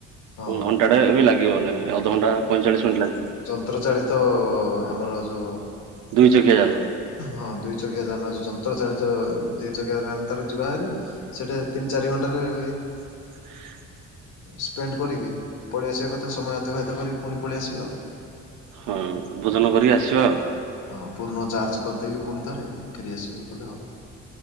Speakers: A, on the left; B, on the right.
A: ହଁ
B: ଘଣ୍ଟା ଟା ଏ ବି ଲାଗିବନି ଅଧଘଣ୍ଟା ପଇଁଚାଳିଶ ମିନିଟ୍ ଲାଗ
A: ତ୍ର ଚାଳିତ ଆମର ଯୋଉ
B: ଦୁଇ ଚକିଆ ଯାନ।
A: ହଁ ଦୁଇ ଚକିଆ ଯାନ ଯନ୍ତ୍ର ଚାଳିତ ଦୁଇ ଚକିଆ ଯାନ ତାର ଯିବହାରି। ସେଟା ତିନି ଚାରି ଘଣ୍ଟାରେ ବି
B: ହା।
A: ସ୍ପେଣ୍ଡ କରିକି ପଳେଇ ଆସିବା କଥା ସମୟ ଅତିବାହିତ କରିକି ପୁଣି ପଳେଇ ଆସିବା ଆଉ।
B: ହଁ, ଭୋଜନ କରିକି ଆସିବା।
A: ହଁ, ପୂର୍ଣ୍ଣ ଚାର୍ଜ କରିଦେଇକି ପୁଣି ଥରେ ଫେରି ଆସିବ କଲେ ହବ।